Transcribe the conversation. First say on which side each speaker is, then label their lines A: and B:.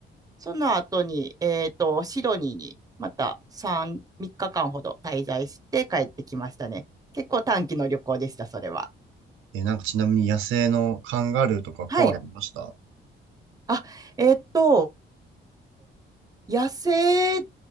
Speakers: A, on the right; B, on the right.
A: その後に、えっと、シドニーにまた3、3日間ほど滞在して帰ってきましたね。結構短期の旅行でした、それは。
B: え、なんかちなみに野生のカンガルーとかコアラいました
A: はい。あ、えっと、野生